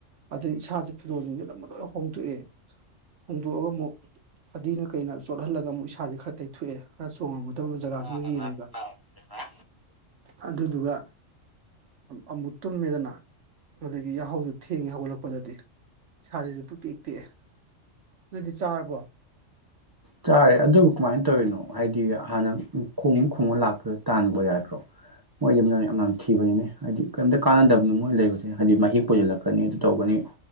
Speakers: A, on the right; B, on the right.
A: ꯑꯗꯩ ꯏꯁꯥꯁꯦ ꯐꯤꯔꯣꯜꯁꯤꯡꯁꯦ ꯑꯗꯨ ꯂꯣꯏ ꯍꯣꯡꯗꯣꯛꯑꯦ ꯍꯣꯡꯗꯣꯛꯑꯒ ꯑꯃꯨꯛ ꯐꯗꯤꯅ ꯀꯩꯅ ꯆꯣꯠꯍꯜꯂꯒ ꯑꯃꯨꯛ ꯏꯁꯥꯁꯦ ꯈꯔ ꯇꯩꯊꯣꯛꯑꯦ ꯈꯔ ꯆꯣꯡꯉꯝꯒꯗꯕ ꯖꯒꯥꯁꯤꯃ
B: ꯑ
A: ꯌꯦꯡꯉꯒ ꯑꯗꯨꯗꯨꯒ ꯑꯃꯨ ꯇꯨꯝꯃꯦꯗꯅ ꯑꯗꯒꯤ ꯌꯥꯍꯧꯗꯨ ꯊꯦꯡꯉꯦ ꯍꯧꯒꯠꯂꯛꯄꯗꯗꯤ ꯁꯥꯥꯁꯤꯁꯨ ꯄꯨꯛꯛꯇꯦꯛ ꯇꯦꯛꯑꯦ ꯅꯣꯏꯗꯤ ꯆꯥꯔꯕꯣ
B: ꯆꯥꯔꯦ ꯑꯗꯨꯕꯨ ꯀꯃꯥꯏꯅ ꯇꯧꯔꯤꯅꯣ ꯍꯥꯏꯗꯤ ꯍꯥꯟꯅꯛ ꯈꯣꯡ ꯈꯣꯡꯉ ꯂꯥꯛꯄꯗꯣ ꯇꯥꯟꯕ ꯌꯥꯗ꯭ꯔꯣ ꯃꯣꯏꯗꯤ ꯌꯥꯝꯅ ꯊꯤꯕꯅꯤꯅꯦ ꯍꯥꯏꯗꯤ ꯀꯩꯝꯇ ꯀꯥꯟꯅꯗꯕꯅꯤ ꯃꯣꯏ ꯂꯩꯕꯁꯦ ꯍꯥꯏꯗꯤ ꯃꯍꯤꯛ ꯄꯨꯁꯤꯜꯂꯛꯀꯅꯤ ꯑꯗꯨ ꯇꯒꯅꯤ